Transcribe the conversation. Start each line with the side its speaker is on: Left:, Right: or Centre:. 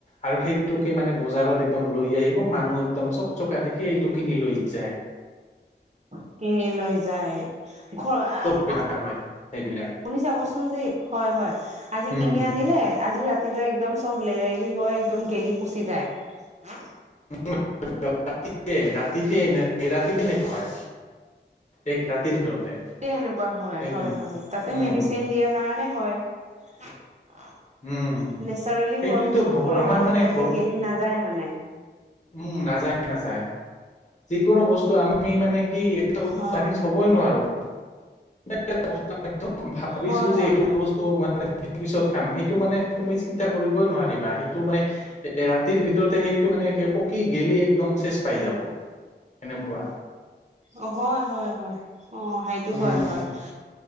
Left: আৰু সেইটো এইটোকে মানে বজাৰত একদম লৈ আহিব মানুহ একদম চব চকা দেখি এইটো কিনি লৈ যায়।
Right: খু, কিনি লৈ যায় হে আহ ঘ আ আ
Left: বেমাৰ
Right: আপ
Left: হয় সেইবিলাক
Right: আপুনি চাবচোন দেই। হয় হয়, আজি
Left: উম
Right: কিনি আনিলে আজি ৰাতি তিলৈ একদম চব লেৰেলি হৈ একদম গেলি পচি যায় হা।
Left: <unintelligible> <unintelligible> ৰাতিতে ৰাতিতে এনেকুৱা হয়। এক ৰাতিৰ ভিতৰতে।
Right: তে এনেকুৱা হয়
Left: সেইটো
Right: হয়
Left: ন।
Right: হয় তাতে
Left: উম
Right: মেডিচিন দিয়াৰ কাৰণে হয় পেপ পু। হে
Left: উম
Right: নেচাৰেলি
Left: সেইটোতো
Right: হোৱা বস্তু
Left: ভাবো
Right: বোৰ
Left: আমাৰ
Right: ইমান
Left: মানে
Right: পতকে
Left: ঘৰ
Right: গেলি নাযায় মানে
Left: উম উ, নাযায় নাযায়, যিকোনো বস্তু আমি মানে কি এটা বস্তু
Right: হয়
Left: আনিছো থ'বই নোৱাৰো <unintelligible> ভাবিছো
Right: হয়
Left: যে
Right: হয়
Left: এইটো
Right: হয়
Left: বস্তু মানে মানে দুদিন পিছত খাম সেইটো মানে তুমি চিন্তা কৰিবই নোৱাৰিবা সেইটো মানে এ ৰাতিৰ ভিতৰতে সেইটো মানে একে পকি গেলি একদম চেছ পাই যাব সেনেকুৱা।
Right: অ হয় হয় হয়, অ সেইটো
Left: উম
Right: হয় হয় হা